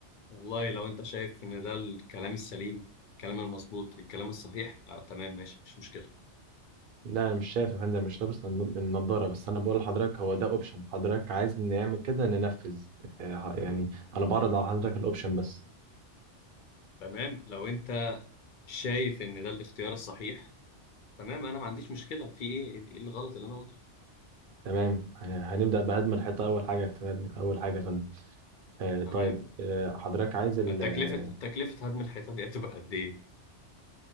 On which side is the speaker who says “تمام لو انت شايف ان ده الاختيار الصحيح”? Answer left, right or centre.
Left